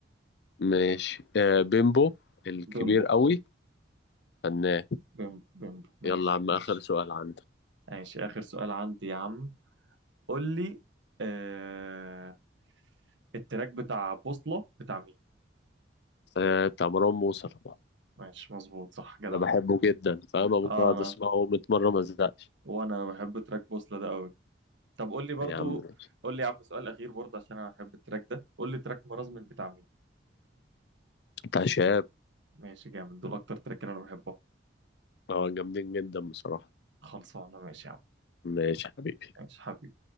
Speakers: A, on the left; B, on the right.
A: ماشي آه بيمبو الكبير
B: بيمبو
A: قوي فنان
B: بيمبو بيمبو ماشي
A: يلا يا عم
B: ماشي
A: اخر سؤال عندك
B: ماشي آخر سؤال عندي يا عم قول لي آه... التراك بتاع بوصلة بتاع مين
A: آه بتاع مروان موسى طبعا
B: ماشي مظبوط صح جدع
A: انا بحبه جدا فاهم ممكن
B: آه
A: اقعد
B: أنا
A: اسمعه 100 مره ما ازهقش
B: وأنا أنا بحب تراك بوصلة ده قوي طب قول لي برضو
A: يا عم ماشي
B: قول لي يا عم سؤال أخير برضه عشان أنا بحب التراك ده قول لي تراك مرازمن بتاع مين
A: بتاع شاب
B: ماشي جامد دول أكتر تراك أنا بحبه
A: اه جامدين جدا بصراحه
B: خلصانة ماشي يا عم
A: ماشي يا حبيبي
B: ماشي حبيبي